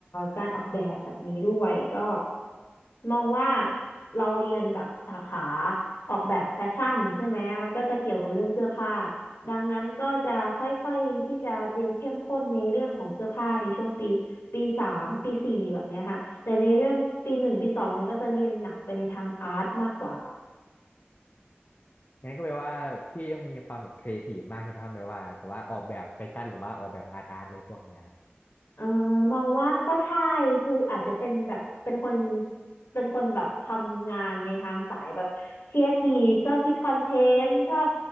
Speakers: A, on the left (about 85°); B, on the left (about 50°).
A: การออกแบบแบบนี้ด้วยก็มองว่าเราเรียนแบบสาขาออกแบบแฟชั่นใช่ไหมมันก็จะเกี่ยวกับเรื่องเสื้อผ้า ดังนั้นก็จะค่อยๆที่จะเรียนเข้มข้นในเรื่องของเสื้อผ้าในช่วงปีปีสามปีสี่แบบเนี้ยค่ะแต่ในเรื่องปีหนึ่งปีสองเนี่ยก็จะเรียนหนักไปในทางอาร์ตมากกว่า
B: งั้นก็แปลว่าพี่ต้องมีความแบบครีเอทีฟมากใช่ไหมครับแปลว่าแบบว่าออกแบบแฟชั่นหรือว่าออกแบบงานอาร์ตอะไรพวกเนี้ย
A: เออมองว่าก็ใช่คืออาจจะเป็นแบบเป็นคนเป็นคนแบบทำงานในทางสายแบบเครีเอทีฟชอบคิดคอนเทนต์ชอบ